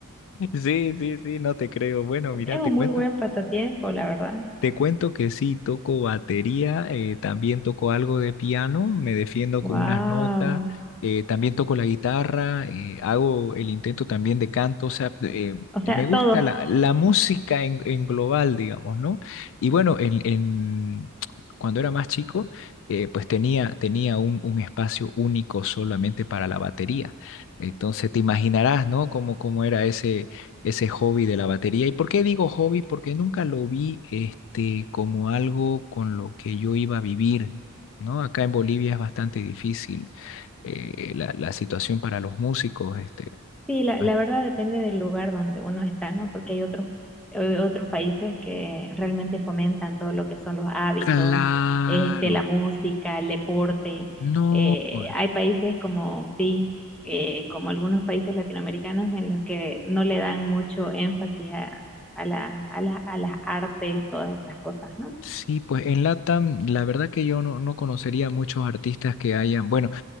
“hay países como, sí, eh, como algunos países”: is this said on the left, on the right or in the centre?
Centre